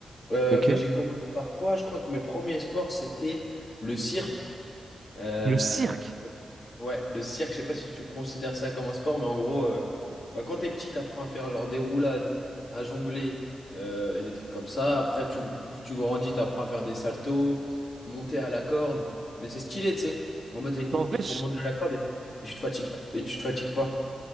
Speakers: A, on the left; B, on the right.
A: Euh,
B: Ok.
A: mais j'ai commencé par quoi? Je crois que mes premiers sports c'était le cirque. Euh,
B: Le cirque.
A: Ouais, le cirque, je sais pas si tu considères ça comme un sport, mais en gros, euh, bah, quand t'es petit, t'apprends à faire genre des roulades, à jongler euh, et des trucs comme ça. Après, tu, plus tu grandis, t'apprends à faire des saltos, monter à la corde. Mais c'est stylé, tu sais. En mode, t'as une technique
B: En vrai, je-
A: pour monter à la corde et, et tu te fatigues, et tu te fatigues pas.